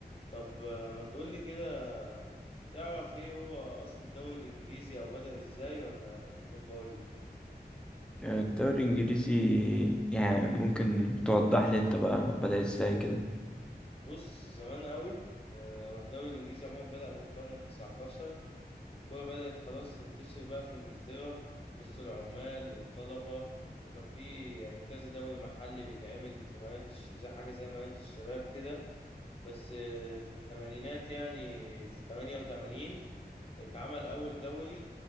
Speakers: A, on the left; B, in the centre.
A: طب آه، ما تقولي كده تعرف إيه هو أصل الدوري الإنجليزي أو بدأ إزاي ولا تحب أقول
B: آه، الدوري الإنجليزي يعني ممكن توضح لي أنت بقى بدأ إزاي كده
A: بص زمان قوي آه، والدوري الإنجليزي عموما بدأ من القرن التسعتاشر الكورة بدأت خلاص تنتشر بقى في إنجلترا وسط العمال والطلبة وكان في يعني كذا دوري محلي بيتعمل في مراكز زي حاجة زي مراكز شباب كده بس آه، في التمانينات يعني في 88 اتعمل أول دوري